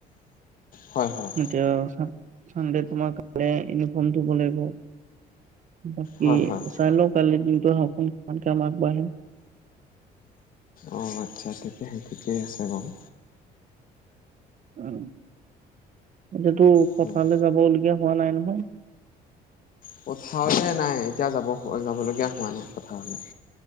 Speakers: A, on the left; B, on the right.
A: হয় হয়
B: এতিয়া ছানডে তোমাক? মে ফোন দব লাগিব। বাকি
A: হয় হয়
B: চাইল কালিৰ দিনটো সোন কমাৰ <inaudible>
A: অঁ, আচ্ছা, ঠিকে, ঠিকেই আছে বাৰু।
B: উ। এতিটো
A: হয়
B: পথাৰলৈ যাবলগীয়া। হোৱা নাই, নহয়।
A: পথাৰলৈ নাই, এতিয়া যাব যাবলগীয়া হোৱা নাই পথাৰলৈ।